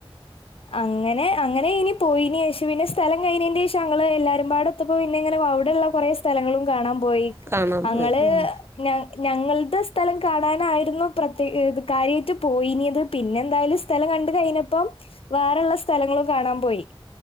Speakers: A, on the left; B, on the right.
A: അങ്ങനെ അങ്ങനെ ഇനി പോയിനെശേഷം പിന്നെ സ്ഥലം കഴിഞ്ഞതിന്റെ ശേഷം ങ്ങള് എല്ലാരും ഒത്തപ്പോ പിന്നെ ഇങ്ങനെ അവിടെഉള്ള കുറേ സ്ഥലങ്ങളും കാണാൻ പോയി
B: കാണാൻ
A: അങ്ങള്
B: പോയി ഉം
A: ന ഞങ്ങളുടെ സ്ഥലം കാണാനായിരുന്നു പ്രത്യേ കാര്യായിട്ട് പോയിനത് പിന്നെ എന്തായാലും സ്ഥലം കണ്ട് കഴിഞ്ഞപ്പം വേറെള്ള സ്ഥലങ്ങളും കാണാൻ പോയി